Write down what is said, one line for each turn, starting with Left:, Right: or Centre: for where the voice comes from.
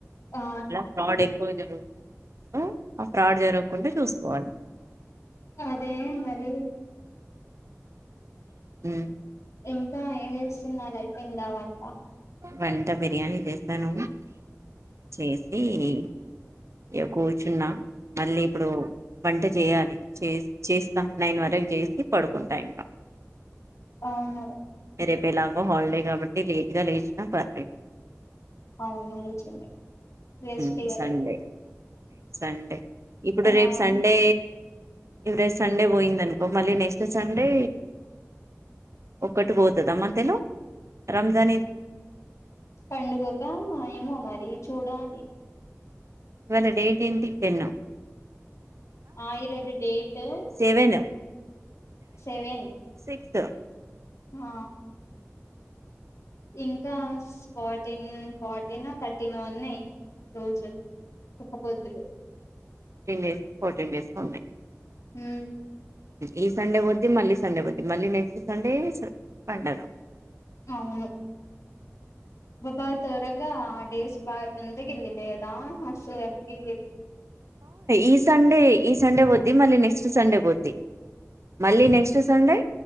Left: ఆ
Right: ఎలా ఫ్రాడ్ ఎక్కువ జరుగుతు హలో ఆ ఫ్రాడ్ జరగకుండా చూసుకోవాలి
Left: అదే మరి
Right: హమ్
Left: ఇంకా ఏం చేస్తున్నారు అయిపోయిందా వంట
Right: వంట బిర్యానీ చేస్తా నువ్వు చేస్తా ఇది ఇక కూర్చున్నా మళ్ళీ ఇప్పుడు వంట చేయాలి చేస్ చేస్ నైన్ వరకు చేసి పడుకుంటా ఇంకా
Left: అవును
Right: రేపు ఎలాగో హాలిడే కాబట్టి లేట్ గా లేచి ఆ పర్లేదు
Left: అవును నిజమే రెస్ట్
Right: ఉమ్,
Left: ఇగ
Right: సండే
Left: రేపు
Right: సండే ఇప్పుడు రేపు
Left: ఆ
Right: సండే ఈ రోజు సండే పోయింద అనుకో మళ్ళీ నెక్స్ట్ సండే ఒక్కటి పోతుదా మధ్యలో రంజానీ
Left: పండుగగా ఏమో మరి చూడాలి
Right: ఇవాళ డేట్ ఏంటి టెన్
Left: ఆ ఈరోజు డేటు
Right: సెవెన్
Left: సెవెన్
Right: సిక్స్
Left: ఆ ఇంకా ఫార్టీన్ ఫార్టీన్ థర్టీన్ ఉన్నాయి రోజు ఒక పోద్దులు
Right: ఫిఫ్టీన్ డేస్ ఫోర్టీన్ డేస్ లో ఉన్నాయి
Left: హమ్
Right: ఈ సండే వద్ది మళ్ళీ సండే వద్ది మళ్ళీ నెక్స్ట్ సండే పడుగ
Left: అవును బాగా త్వరగా ఆ డేస్ బాగా తొందరకి వెళ్ళినదా అస్సలు అనిపిలేదు
Right: ఈ సండే ఈ సండే వద్ది మళ్ళీ నెక్స్ట్ సండే పోద్ది మళ్ళీ నెక్స్ట్ సండే